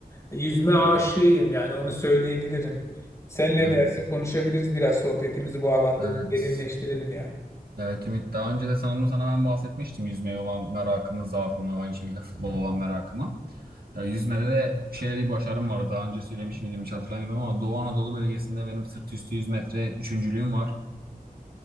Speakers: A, on the left; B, on the right.
A: E, Yüzme aşığıyım
B: Evet.
A: yani onu söyleyebilirim. Sen ne
B: Yani,
A: derse konuşabiliriz biraz sohbetimizi bu alanda
B: evet.
A: derinleştirelim ya.
B: Evet Ümit. Daha önce de sanırım sana ben bahsetmiştim yüzmeye olan merakımı, zaafımı, aynı şekilde futbola olan merakımı. Ya, yüzmede de şöyle bir başarım var. Daha önce söylemiş miydim hiç hatırlamıyorum ama Doğu Anadolu bölgesinde benim sırt üstü 100 metre üçüncülüğüm var.